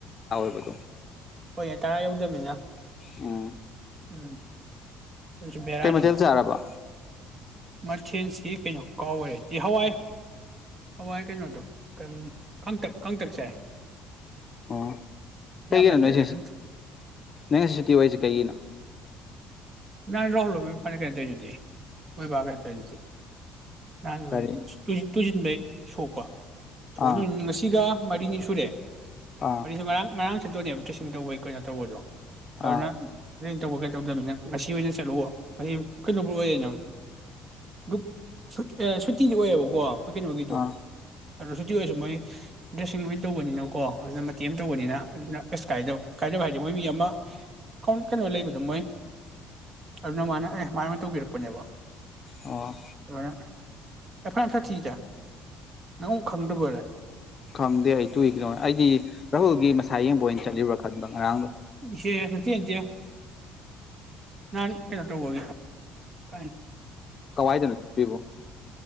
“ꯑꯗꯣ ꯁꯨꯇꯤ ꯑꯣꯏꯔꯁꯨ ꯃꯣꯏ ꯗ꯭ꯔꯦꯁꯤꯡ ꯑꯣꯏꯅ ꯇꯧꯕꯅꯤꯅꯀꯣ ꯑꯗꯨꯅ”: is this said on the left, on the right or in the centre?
Right